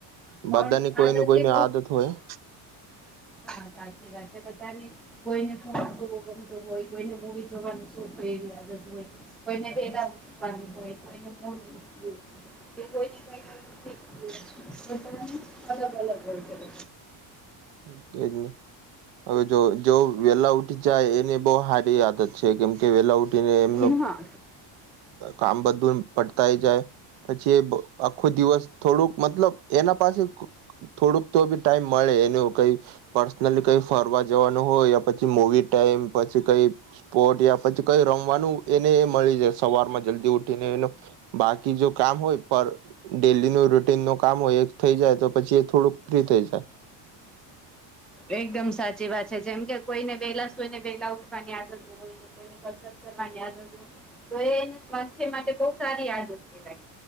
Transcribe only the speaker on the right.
બધાની કોઈની
કોઈની
આદત હોય.
કે ગય ને. હવે જો, જો વેલા ઉઠી જાય એને બો હારી આદત છે, કેમ કે વેલા ઉઠીને એમ
કામ બધું પડતાય જાય પછી એ આખો દિવસ થોડુંક મતલબ એના પાસે થોડુંક તો બી ટાઈમ મળે એનું કઈ પર્સનલી કઈ ફરવા જ જવાનું હોય પછી મોવી ટાઈમ પછી કઈ સ્પોટ યા પછી કઈ રમવાનું એને એ મળી જાય સવારમાં જલ્દી ઉઠીને એલો બાકી જો કામ હોય પર ડેલી નું રૂટીન નું કામ હોય એક થઈ જાય તો પછી એ થોડુંક ફ્રી થઈ જાય.